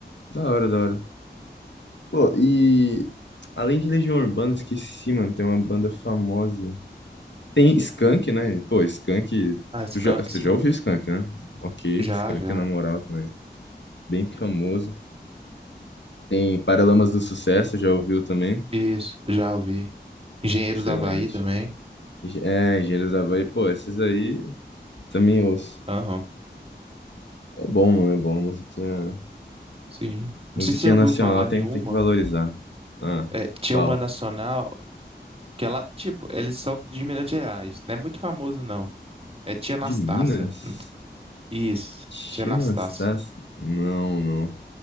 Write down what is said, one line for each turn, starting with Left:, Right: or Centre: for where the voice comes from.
Left: Da hora, da hora. Pô, e além de Legião Urbana, esqueci, mano, tem uma banda famosa. Tem Skank, né? Pô, Skank,
Right: Ah, Skank,
Left: tu já, tu
Right: sim.
Left: já ouviu Skank, né? Ok,
Right: Já,
Left: Skank
Right: já.
Left: é na moral também. Bem famoso. Tem Paralamas do Sucesso, já ouviu também?
Right: Isso, já ouvi. Engenheiros
Left: Excelente.
Right: do Havaí também.
Left: Enge- É, Engenheiros da Havaí, pô, esses aí também ouço.
Right: Aham.
Left: É bom, mano, é bom. Musiquinha,
Right: Sim. Não
Left: musiquinha
Right: sei se você já ouviu
Left: nacional
Right: falar
Left: tem,
Right: nenhuma.
Left: tem que valorizar. Ah,
Right: É, tinha
Left: qual?
Right: uma nacional que ela, tipo, eles são de Minas Gerais. Não é muito famoso, não. É Tia Anastácia.
Left: De Minas?
Right: Isso,
Left: Tia
Right: Tia Anastácia.
Left: Anastácia? Não, não.